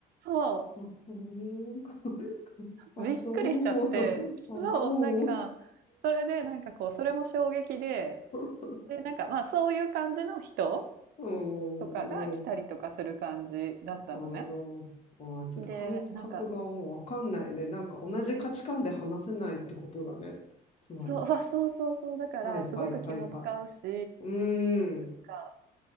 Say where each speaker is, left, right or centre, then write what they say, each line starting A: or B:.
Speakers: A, on the right (about 65°); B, on the left (about 40°).
A: そ
B: ーカー。<laughs> うんあ、
A: う、びっくりしちゃって、
B: そう。<laughs> あ、
A: そう、
B: そう。
A: なんか、それでなんかこう、それも衝撃で、
B: <laughs>
A: で、なんかまあそういう感じの人
B: うん。
A: とかが来たりとかする感じだったのね。
B: うんあの、あー、ちょっと感覚がもうわかんないね。
A: で、なんか、
B: なんか同じ価値観で話せないってことだね。つまり。
A: そう、あ、そうそうそう、だからすごく気も使うし、
B: はいはいはいはい。うーん。
A: なんか、